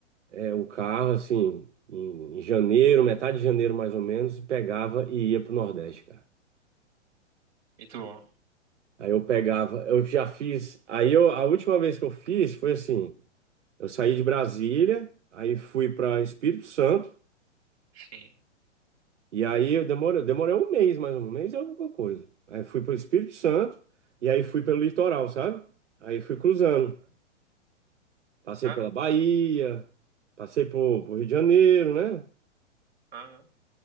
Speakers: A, on the right; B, on the right.
A: é, o carro, assim, em, em janeiro, metade de janeiro mais ou menos, e pegava e ia pro Nordeste, cara.
B: Muito bom.
A: Aí eu pegava, eu já fiz. Aí eu, a última vez que eu fiz foi assim. Eu saí de Brasília, aí fui para Espírito Santo,
B: Sim.
A: e aí eu demorei, demorei um mês, mais ou menos, um mês e alguma coisa. Aí fui para o Espírito Santo, e aí fui pelo litoral, sabe? Aí fui cruzando.
B: Uhum.
A: Passei
B: Caramba.
A: pela Bahia, passei por, por Rio de Janeiro, né?
B: Aham.